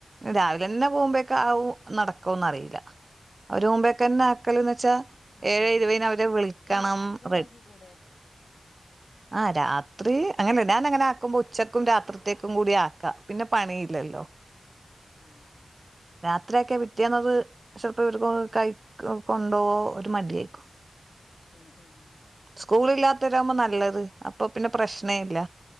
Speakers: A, on the right; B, on the left.
A: രാവിലെന്നെ പോകുമ്പോേക്കെ ആവൂ നടക്കോന്ന് അറീല അവര് മുമ്പേക്കെന്നെ
B: ഉം
A: ആക്കല്ന്ന് വെച്ചാ
B: അതെ
A: ഏഴ് ഇരുവയ്ന് അവരെ വിളിക്കണം
B: അയിന് രാത്രി ഉണ്ടാക്കി
A: റെ
B: കൂടെ
A: ആഹ് രാ രാത്രി അങ്ങനെ ഞാൻ അങ്ങനെ ആക്കുമ്പോ ഉച്ചക്കും രാത്രിത്തേക്കും കൂടി ആക്കാം പിന്നെ പണിയില്ലല്ലോ
B: ആഹ്
A: രാത്രിയാക്കെ പിറ്റേന്നത് ചെലപ്പോ ഇവര് കൈ കൊണ്ടോ ഒരു മടിയായിരിക്കും.
B: ഉം ഉം ഉം
A: സ്കൂൾ ഇല്ലാത്തവരാമ്പോ നല്ലത് അപ്പൊ പിന്നെ പ്രശ് നയില്ല